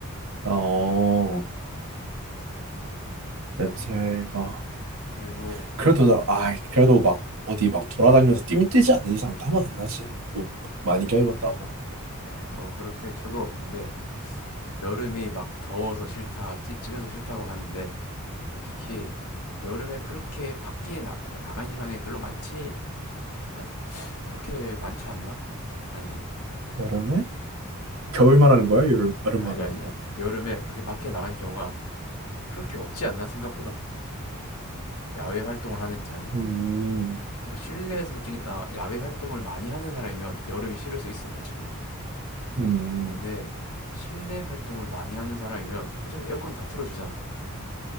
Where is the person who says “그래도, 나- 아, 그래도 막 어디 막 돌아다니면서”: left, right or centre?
Right